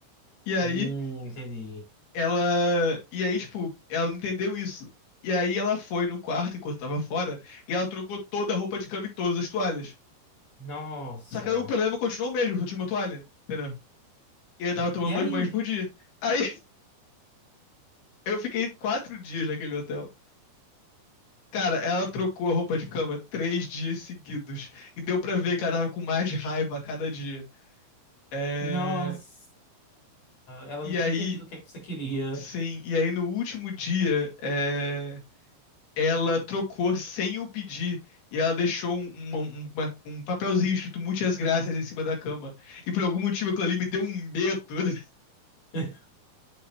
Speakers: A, on the left (about 65°); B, on the left (about 45°).
A: E aí
B: Hum, entendi.
A: ela. E aí, tipo, ela não entendeu isso. E aí ela foi no quarto enquanto tava fora, e ela trocou toda a roupa de cama e todas as toalhas.
B: Nossa.
A: Só que aí o problema continuou o mesmo, só tinha uma toalha, entendeu? E eu tava tomando
B: E aí?
A: dois banhos por dia. Aí Eu fiquei quatro dias naquele hotel. Cara, ela trocou a roupa de cama três dias seguidos. E deu pra ver que ela tava com mais raiva a cada dia. É,
B: Nossa. Ela
A: E
B: não tinha
A: aí,
B: entendido o que é que você queria.
A: sim, e aí no último dia, é, ela trocou sem eu pedir. E ela deixou um, uma- um- uma- um papelzinho escrito Muitas Graças em cima da cama. E por algum motivo aquilo ali me deu um medo. <laughs>
B: <laughs>